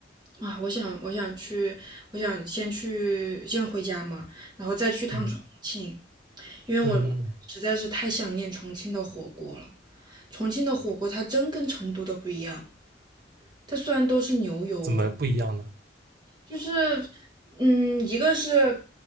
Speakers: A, on the right; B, on the right.
A: 啊，我想我想去，我想先去先回家嘛，然后再去趟重庆，
B: 嗯
A: 因为我实在是太想念重庆的火锅了。
B: 嗯，
A: 重庆的火锅它真跟成都的不一样，它虽然都是牛油
B: 怎么不一样呢？
A: 就是，嗯，一个是，